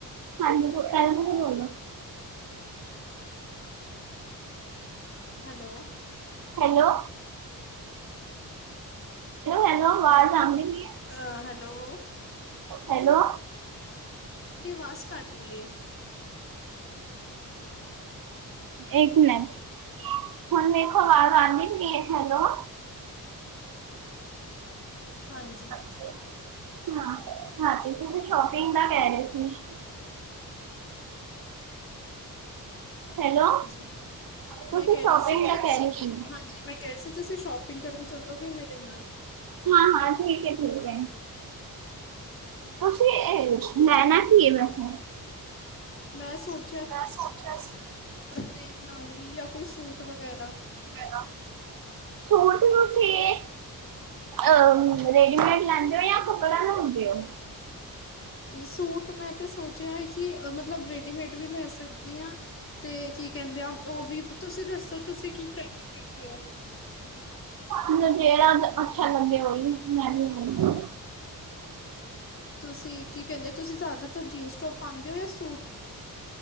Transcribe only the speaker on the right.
ਹਾਜੀ ਬੋ <unintelligible> ਬੋਲੋ
ਹੈਲੋ-ਹੈਲੋ, ਹੈਲੋ ਵਾਜ਼ ਆਂਦੀ ਪੀ ਏ
ਹੈਲੋ।
ਏਕ ਮਿਨਟ, ਹੁਨ ਵੇਖੋ ਆਵਾਜ਼ ਆਂਦੀ ਪਈ ਐ, ਹੈਲੋ
ਹਾਂ, ਹਾਂ ਤੇ ਤੁਸੀ ਸ਼ੋਪਿੰਗ ਦਾ ਕੈ ਰੇ ਸੀ। ਹੈਲੋ।
ਤੁਸੀ
ਸ਼ੋਪਿੰਗ
ਦਾ ਕੈ ਰੇ ਸੀ।
ਹਾਂ, ਹਾਂ ਠੀਕ ਏ, ਠੀਕ ਏ। ਤੁਸੀ ਏ ਲੈਨਾ ਕੀ ਏ, ਵੈਸੇ
ਮੈਂ ਸੋਚਿਆ ਸੀ
<unintelligible> ਸੂਟ <unintelligible> ਏ। ਅ ਰੈਡੀਮੇਡ ਲੈਂਦੇ ਓ ਯਾ ਕੱਪੜਾ ਲੈਂਦੇ ਓ।
ਮੈਨੂੰ ਜੇੜਾ ਅੱਛਾ ਲੱਗੇ ਓਈ <unintelligible>